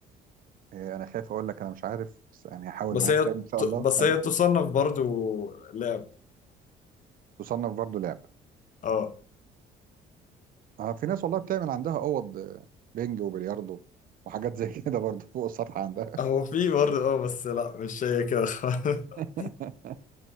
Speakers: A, on the right (about 55°); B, on the left (about 50°).
A: إيه، انا خايف اقول لك انا مش عارف بس يعني هحاول
B: بس
A: معاك
B: هي
A: تاني ان شاء
B: ت-
A: الله
B: بس
A: ايوه
B: هي تصنف برضو لعب
A: تصنف برضو لعب
B: اه
A: اه في ناس والله بتعمل عندها اوض آه، بينج وبلياردو وحاجات زي كده برضو فوق السطح عندها
B: هو في برضه اه بس لا مش هي كده خالص. <laughs>
A: <laughs>